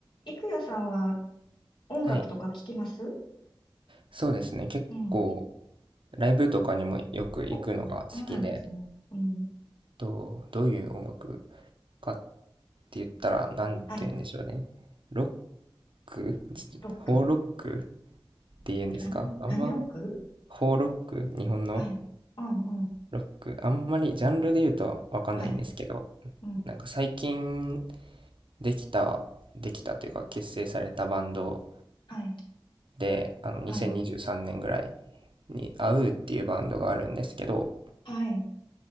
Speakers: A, on the left; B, on the right.
A: いくやさんは音楽とか聞きます
B: はい、そうですね。結構
A: うん。
B: ライブとかにもよく行くのが好きで、
A: お、そうなんですね。うん。
B: どう、どういう音楽かって言ったらなんて言うんでしょうね。
A: はい。
B: ロックじ邦ロックっ
A: ロック。ん
B: て言うんですかあんま
A: 何を、何ロック
B: 邦ロック日本の
A: はい。うんうん。
B: ロックあんまりジャンルで言うとわかんないんですけど、
A: はい。うん。
B: なんか最近できた、できたというか結成されたバンド
A: はい。
B: で、あの2023年ぐらい
A: はい。
B: に a うっていうバンドがあるんですけど、
A: はい。